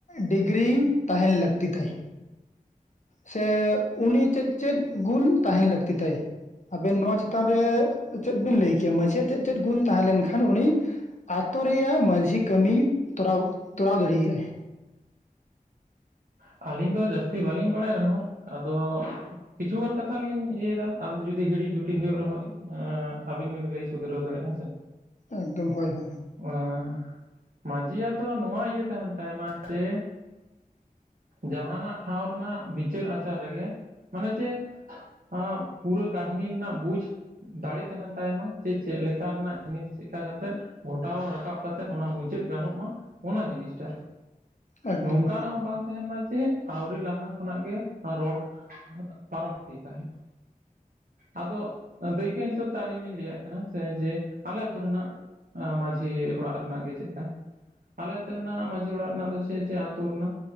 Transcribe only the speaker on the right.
ᱟᱹᱞᱤᱧ ᱫᱚ ᱡᱟᱹᱥᱛᱤ ᱵᱟᱹᱞᱤᱧ ᱵᱟᱲᱟᱭ ᱨᱮᱦᱚᱸ ᱟᱫᱚ ᱠᱤᱪᱷᱩᱜᱟᱱ ᱠᱟᱛᱷᱟ ᱞᱤᱧ ᱤᱭᱟᱹᱭᱟ ᱟᱨ ᱡᱩᱫᱤ ᱦᱤᱲᱤᱡ ᱫᱷᱩᱴᱤ ᱦᱩᱭᱩᱜ ᱨᱮᱦᱚᱸ ᱟᱵᱤᱱ ᱵᱤᱱ ᱞᱟᱹᱭ ᱥᱩᱫᱷᱨᱟᱹᱣ ᱫᱟᱲᱮᱭᱟᱜᱼᱟ ᱥᱮ?
ᱚᱭ ᱢᱟᱹᱡᱤᱭᱟᱜ ᱫᱚ ᱱᱚᱣᱟ ᱤᱭᱟᱹ ᱛᱟᱦᱮᱱ ᱛᱟᱭᱢᱟ ᱡᱮ ᱡᱟᱦᱟᱱᱟᱜ ᱴᱷᱟᱶ ᱨᱮᱱᱟᱜ ᱵᱤᱪᱟᱹᱨ ᱟᱪᱟᱨ ᱨᱮᱜᱮ ᱢᱟᱱᱮ ᱡᱮ ᱟ ᱯᱩᱨᱟᱹ ᱠᱦᱤᱱᱤ ᱨᱮᱱᱟᱜ ᱵᱩᱡᱽ ᱫᱟᱲᱮ ᱛᱟᱦᱮᱱ ᱛᱟᱭᱢᱟ ᱡᱮ ᱪᱮᱫ ᱞᱮᱠᱟ ᱨᱮᱱᱟᱜ ᱡᱤᱱᱤᱥ ᱪᱮᱫᱠᱟ ᱠᱟᱛᱮᱫ ᱜᱷᱚᱴᱟᱣ ᱨᱟᱠᱟᱵ ᱠᱟᱛᱮᱫ ᱚᱱᱟ ᱢᱩᱪᱟᱹᱫ ᱜᱟᱱᱚᱜ ᱢᱟ ᱚᱱᱟ ᱡᱤᱱᱤᱥ ᱴᱷᱟᱜ᱾
ᱱᱚᱝᱠᱟᱱᱟᱜ ᱦᱚᱸ ᱵᱟᱝ ᱛᱟᱦᱮᱱ ᱢᱟ ᱡᱮ ᱟᱹᱣᱨᱤ ᱞᱟᱦᱟ ᱠᱷᱚᱱᱟᱜ ᱜᱮ ᱨᱚᱲ ᱯᱟᱨᱚᱢ ᱤᱫᱤ ᱠᱟᱜ ᱦᱩᱭᱩᱜ-ᱟ᱾ ᱟᱫᱚ ᱫᱟᱹᱭᱠᱟᱹ ᱦᱤᱥᱟᱹᱵ ᱛᱮ ᱟᱹᱞᱤᱧ ᱞᱤᱧ ᱞᱟᱹᱭᱟᱜ ᱠᱟᱱᱟ ᱥᱮ ᱡᱮ ᱟᱞᱮ ᱟᱹᱛᱩ ᱨᱮᱱᱟᱜ ᱟ ᱢᱟᱹᱡᱷᱤ ᱚᱲᱟᱜ ᱨᱮᱱᱟᱜ ᱜᱮ ᱪᱮᱫ ᱛᱟ? ᱟᱞᱮ ᱟᱹᱛᱩ ᱨᱮᱱᱟᱜ ᱢᱟᱹᱡᱷᱤ ᱚᱲᱟᱜ ᱨᱮᱱᱟᱜ ᱫᱚ ᱪᱮᱫ ᱪᱮᱫ ᱟᱹᱛᱩ ᱨᱮᱱᱟᱜ